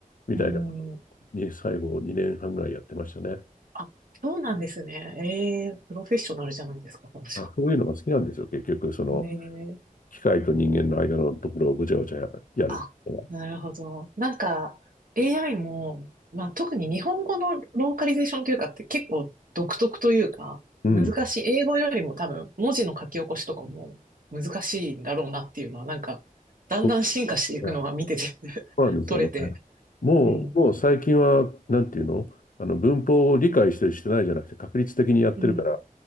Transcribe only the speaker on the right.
うん。あ、そうなんですね。ええプロフェッショナルじゃないですか、この仕事。
ね
あ、なるほど。なんか、AI も、まあ、特に日本語のローカリゼーションというかって結構独特というか、
難しい。英語よりも多分、文字の書き起こしとかも難しいんだろうなっていうのは、なんか、だんだん進化していくのが見てて
<laughs>
取れて。
うん。
うん。